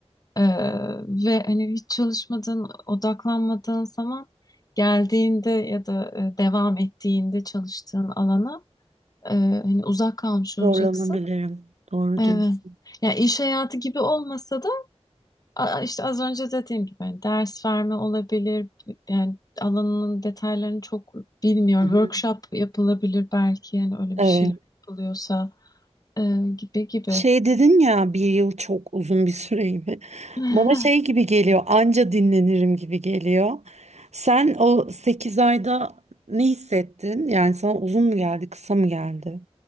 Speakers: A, on the left; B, on the right.
A: Ee, ve hani hiç çalışmadığın, odaklanmadığın zaman geldiğinde ya da e, devam ettiğinde çalıştığın alana e, hani uzak kalmış
B: Zorlanabilirim.
A: olacaksın.
B: Doğru
A: Evet.
B: diyorsun.
A: Ya iş hayatı gibi olmasa A- İşte az önce dediğim gibi hani ders verme olabilir. Yani alanının detaylarını çok bilmiyorum.
B: Hı hı.
A: Workshop yapılabilir belki yani öyle
B: Evet.
A: bir şeyler yapılıyorsa Ee, gibi gibi.
B: Şey dedin ya bir yıl çok uzun bir süreyim.
A: <laughs>
B: Bana şey gibi geliyor anca dinlenirim gibi geliyor. Sen o 8 ayda ne hissettin? Yani sana uzun mu geldi kısa mı geldi?